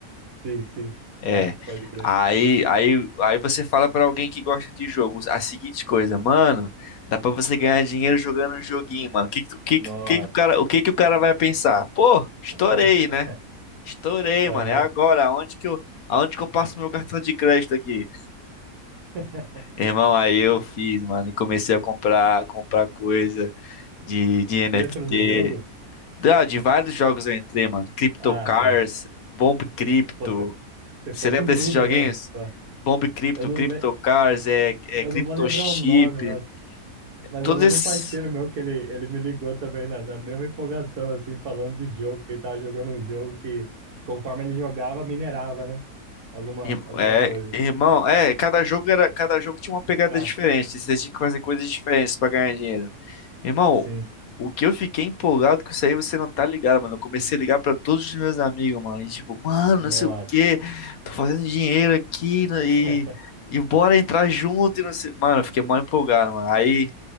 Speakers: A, on the right; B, on the left.
A: Sim, sim.
B: É.
A: É, pode crer.
B: Aí, aí, aí você fala pra alguém que gosta de jogo a seguinte coisa, mano, dá pra você ganhar dinheiro jogando um joguinho, mano. Que que tu- que
A: Nossa,
B: que- que que o cara, o que que o cara vai pensar? Pô, estourei,
A: pode crer.
B: né? Estourei,
A: Aham.
B: mano. É agora, aonde que eu, aonde que eu passo meu cartão de crédito aqui?
A: <laughs>
B: Irmão, aí eu fiz, mano, e comecei a comprar, comprar coisa de, de NFT.
A: Dentro do jogo?
B: Da- De vários jogos eu entrei, mano. Crypto
A: Ah,
B: Cars,
A: tá.
B: Bomb Crypto.
A: Pô, você, você
B: Você
A: foi
B: lembra
A: com tudo
B: desses joguinhos?
A: mesmo. Pô,
B: Bomb Crypto,
A: eu não,
B: Crypto
A: le-
B: Cars, é, é
A: eu
B: Crypto
A: não vou lembrar
B: Chip.
A: o nome, nossa, mas
B: Todos
A: eu lembro
B: esses.
A: um parceiro meu que ele, ele me ligou também na, na mesma empolgação, assim, falando de jogo, que ele tava jogando um jogo que, conforme ele jogava, minerava, né? Alguma,
B: ir-
A: alguma
B: É,
A: coisa.
B: irmão, é, cada jogo era, cada jogo tinha uma pegada
A: É,
B: diferente. Você tinha que fazer coisas diferentes pra ganhar dinheiro. Irmão,
A: sim.
B: o que eu fiquei empolgado com isso aí, você não tá ligado, mano. Eu comecei a ligar pra todos os meus amigos, mano. E tipo, mano,
A: Nossa.
B: não sei o quê, tô fazendo dinheiro aqui né,
A: <laughs>
B: e, e bora entrar junto e não sei. Mano, eu fiquei mal empolgado, mano. Aí